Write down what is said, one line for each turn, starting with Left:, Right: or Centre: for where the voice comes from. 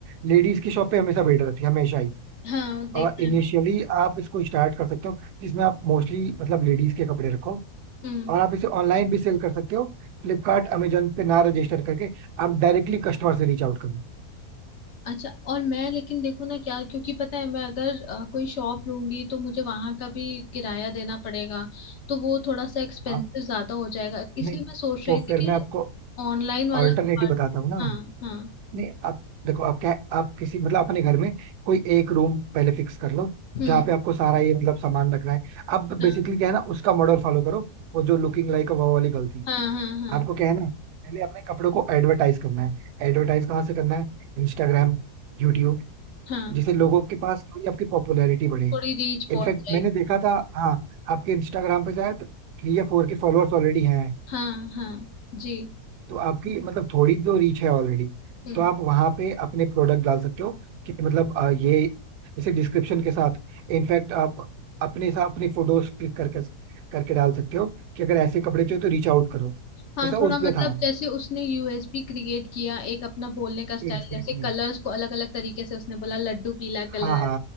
Right: लेडीज की शॉप पे हमेशा भीड़ रहती है हमेशा ही
Left: हाँ देखा
Right: और इनिशियली
Left: है
Right: आप इसको स्टार्ट कर सकते हो जिसमें आप मोस्टली मतलब लेडीज के कपड़े रखो
Left: मैंने हम्म
Right: और आप इसे ऑनलाइन भी सेल कर सकते हो फ्लिपकार्ट अमेजोन पे ना रजिस्टर करके आप डायरेक्टली कस्टमर से रीच आउट करो
Left: अच्छा और मैं लेकिन देखो ना क्या क्योंकि पता है मैं अगर अ, कोई शॉप लूंगी तो मुझे वहां का भी किराया देना पड़ेगा तो वो थोड़ा सा एक्सपेंसिव
Right: हाँ
Left: ज्यादा हो जाएगा इसलिए
Right: नहीं
Left: मैं सोच
Right: तो
Left: रही थी
Right: फिर मैं
Left: कि
Right: आपको
Left: ऑनलाइन वाला
Right: ऑल्टरनेटिव
Left: part-
Right: बताता हूँ ना
Left: हाँ हाँ
Right: नहीं आप देखो आप क्या आप किसी मतलब अपने घर में कोई एक रूम पहले फिक्स कर लो
Left: हम्म
Right: जहाँ पे आपको सारा ये मतलब सामान रखना है अब बेसिकली
Left: हाँ
Right: क्या है ना उसका मॉडल फॉलो करो वो जो लुकिंग लाइक वो वाली गलती
Left: हाँ हाँ हाँ
Right: आपको क्या है ना पहले अपने कपड़ों को एडवर्टाइज करना है एडवर्टाइज कहाँ से करना है इंस्टाग्राम यूट्यूब
Left: हाँ
Right: जिससे लोगों के पास थोड़ी आपकी पॉपुलैरिटी बढ़े
Left: थोड़ी रीच पहुंच
Right: इनफैक्ट
Left: जाएगी
Right: मैंने देखा था हाँ आपके इंस्टाग्राम पे शायद थ्री या फोर के फॉलोअर्स ऑलरेडी हैं
Left: हाँ हाँ जी
Right: तो आपकी मतलब थोड़ी तो रीच है ऑलरेडी
Left: हम्म
Right: तो आप वहां पे अपने प्रोडक्ट डाल सकते हो कि मतलब अ, ये जैसे डिस्क्रिप्शन के साथ इनफैक्ट आप अपने साथ अपनी फोटोज क्लिक करके करके डाल सकते हो कि अगर ऐसे कपड़े चाहिए तो रीच आउट करो
Left: हाँ
Right: जैसा
Left: थोड़ा
Right: उसमें
Left: मतलब
Right: था
Left: जैसे उसने यूएसपी क्रिएट किया एक अपना बोलने का स्टाइल
Right: Exactly
Left: जैसे कलर्स
Right: exactly.
Left: को अलग अलग तरीके से उसने बोला लड्डू पीला कलर
Right: हाँ हाँ